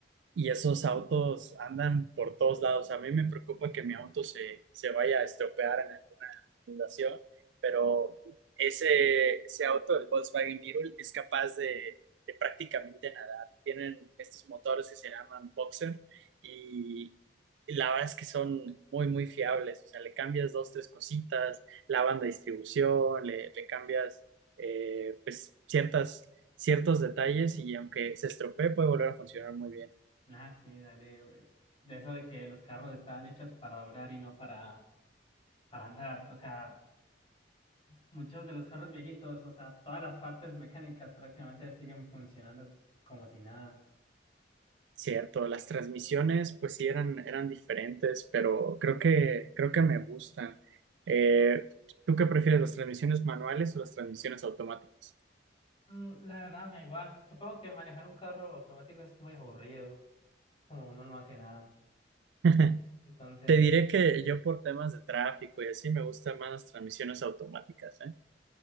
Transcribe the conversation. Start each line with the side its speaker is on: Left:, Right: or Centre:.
Right: y esos autos andan por todos lados. A mí me preocupa que mi auto se, se vaya a estropear en alguna fundación, pero ese, ese auto, el Volkswagen Beetle, es capaz de, de prácticamente nadar. Tienen estos motores que se llaman Boxer y la verdad es que son muy, muy fiables. O sea, le cambias dos, tres cositas, la banda de distribución, le, le cambias eh, pues ciertas, ciertos detalles y aunque se estropee puede volver a funcionar muy bien.
Left: Ah, sí, dale. eh, De eso de que los carros estaban hechos para durar y no para, para andar. O sea, Muchos de los carros viejitos, o sea, todas las partes mecánicas prácticamente siguen funcionando como si nada.
Right: Cierto, las transmisiones pues sí eran, eran diferentes, pero creo que, creo que me gustan. Eh, ¿tú qué prefieres, las transmisiones manuales o las transmisiones automáticas?
Left: Mm, la verdad me da igual. Supongo que manejar un carro automático es muy aburrido. Es como uno no hace nada.
Right: <laughs>
Left: Entonces,
Right: Te diré que yo por temas de tráfico y así me gustan más las transmisiones automáticas, ¿eh?